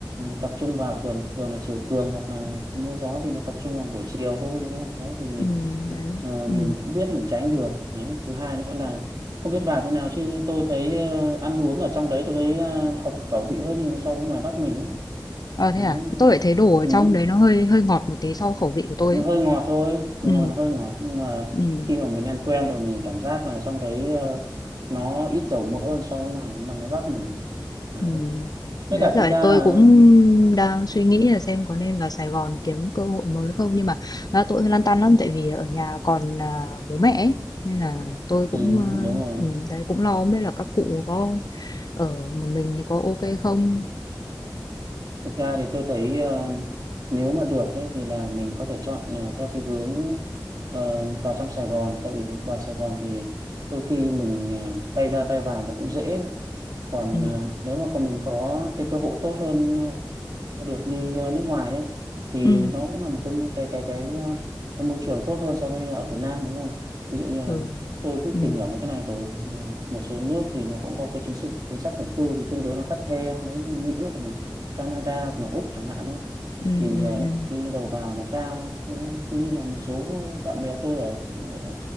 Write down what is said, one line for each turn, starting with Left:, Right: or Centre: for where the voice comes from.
Right: tập trung vào thường thường là chiều cường hoặc là mưa gió thì nó tập trung vào buổi chiều thôi đúng không? Đấy thì
Left: Ừ, đấy.
Right: ờ,
Left: Ừ.
Right: mình cũng biết mình tránh được. Đấy. Thứ hai nữa là không biết bà thế nào chứ tôi thấy ờ, ăn uống ở trong đấy tôi thấy ờ, hợp khẩu vị hơn so với ngoài Bắc mình ấy.
Left: Ờ thế
Right: Đấy.
Left: à? Tôi
Right: nó-
Left: lại thấy đồ ở
Right: Ừ
Left: trong đấy nó hơi hơi ngọt một tí so với khẩu vị của tôi
Right: nó
Left: ấy.
Right: hơi ngọt thôi nó
Left: Ừ,
Right: ngọt nó hơi ngọt nhưng mà
Left: ừ.
Right: khi mà mình ăn quen rồi mình cảm giác là trong đấy ờ, nó ít dầu mỡ hơn so với ngoài bằng cái Bắc mình đấy
Left: Ừ.
Right: với
Left: Đấy
Right: cả
Left: rồi
Right: thực ra
Left: tôi
Right: là
Left: cũng đang suy nghĩ là xem có nên vào Sài Gòn kiếm cơ hội mới không nhưng mà à, tôi lăn tăn lắm tại vì ở nhà còn à, bố mẹ ấy. Nên là tôi cũng
Right: ừ,
Left: à,
Right: đúng rồi
Left: ừ, đấy cũng lo không biết là các cụ có ở một mình thì có ok không
Right: thực ra thì tôi thấy ờ, nếu mà được ấy, thì là mình có thể chọn ờ, theo cái hướng ờ, vào trong Sài Gòn tại vì vào Sài Gòn thì đôi khi mình ờ, bay ra bay vào nó cũng dễ còn
Left: ừ.
Right: ờ, nếu mà còn mình có cái cơ hội tốt hơn ờ, được đi ờ, nước ngoài ấy thì
Left: Ừ.
Right: nó cũng là một cái cái cái cái ờ, cái môi trường tốt hơn so với ở Việt Nam đúng không? Ví dụ như là
Left: Ừ.
Right: tôi cũng
Left: Ừ.
Right: tìm hiểu mấy cái này rồi nhưng mà một số nước thì nó cũng có cái chính sự chính sách nhập cư thì tương đối nó khắt khe đấy như Mỹ hoặc này Canada hoặc là Úc chẳng hạn đấy
Left: Ừ.
Right: thì
Left: Ừ.
Right: ờ,
Left: Ừ.
Right: cái đầu vào nó cao Ờ, tuy nhiên là một số bạn bè tôi ở ờ,